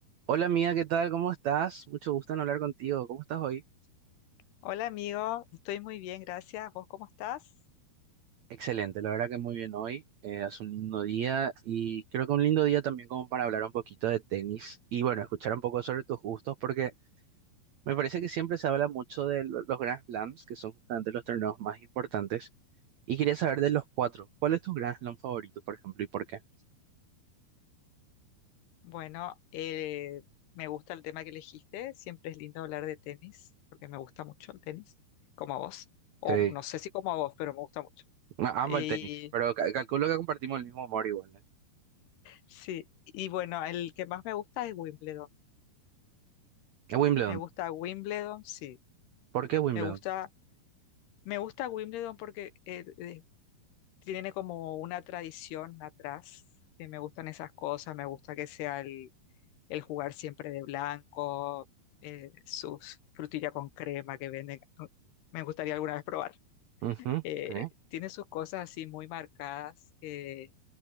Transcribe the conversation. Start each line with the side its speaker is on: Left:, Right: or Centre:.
Right: Hola amiga, ¿qué tal? ¿Cómo estás? Mucho gusto en hablar contigo. ¿Cómo estás hoy?
Left: Hola amigo, estoy muy bien, gracias. ¿Vos cómo estás?
Right: Excelente, la verdad que muy bien hoy. Eh, hace un lindo día y creo que un lindo día también como para hablar un poquito de tenis y bueno, escuchar un poco sobre tus gustos porque me parece que siempre se habla mucho de lo- los Grand Slams, que son justamente los torneos más importantes. Y quería saber de los cuatro, ¿cuál es tu Grand Slam favorito, por ejemplo, y por qué?
Left: Bueno, eh, me gusta el tema que elegiste. Siempre es lindo hablar de tenis, porque me gusta mucho el tenis, como a vos. O
Right: Sí,
Left: no sé si como a vos, pero me gusta mucho.
Right: ma- amo
Left: Y
Right: el tenis, pero ca- calculo que compartimos el mismo amor igual, ¿eh?
Left: sí, y bueno, el que más me gusta es Wimbledon.
Right: Es Wimbledon.
Left: Me gusta Wimbledon, sí.
Right: ¿Por qué Wimbledon?
Left: Me gusta, me gusta Wimbledon porque eh, eh, tiene como una tradición atrás. que me gustan esas cosas, me gusta que sea el jugar siempre de blanco, eh, sus frutillas con crema que venden. ¿no? Me gustaría alguna vez probar.
Right: Ujú,
Left: Eh,
Right: sí.
Left: tiene sus cosas así muy marcadas eh,